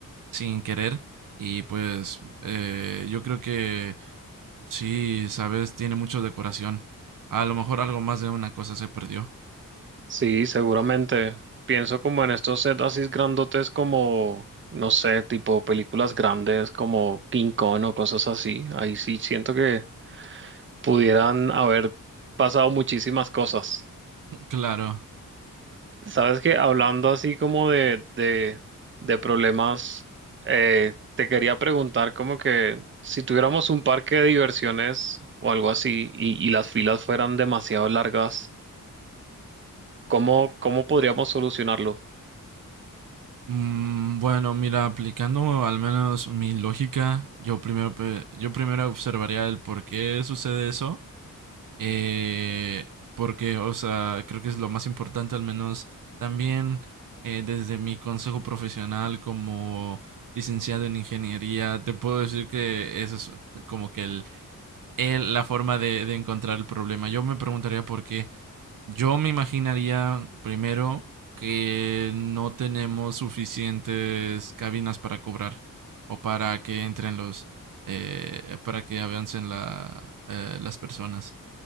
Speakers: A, on the right; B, on the right.
A: sin querer. Y pues, eh, yo creo que sí, sabes, tiene mucho decoración. A lo mejor algo más de una cosa se perdió.
B: sí, seguramente. Pienso como en estos sets así grandotes como, no sé, tipo películas grandes como King Kong o cosas así. Ahí sí siento que pudieran haber pasado muchísimas cosas.
A: Claro.
B: Sabes que hablando así como de, de, de problemas, eh, te quería preguntar como que si tuviéramos un parque de diversiones o algo así y, y las filas fueran demasiado largas, ¿cómo, cómo podríamos solucionarlo?
A: Mm, bueno, mira, aplicando al menos mi lógica, yo primero, pe- yo primero observaría el por qué sucede eso. eh, porque, o sea, creo que es lo más importante, al menos también eh, desde mi consejo profesional como licenciado en ingeniería, te puedo decir que ese es como que el el- la forma de, de encontrar el problema. Yo me preguntaría por qué. Yo me imaginaría primero que no tenemos suficientes cabinas para cobrar o para que entren los, eh, para que avancen la, eh, las personas.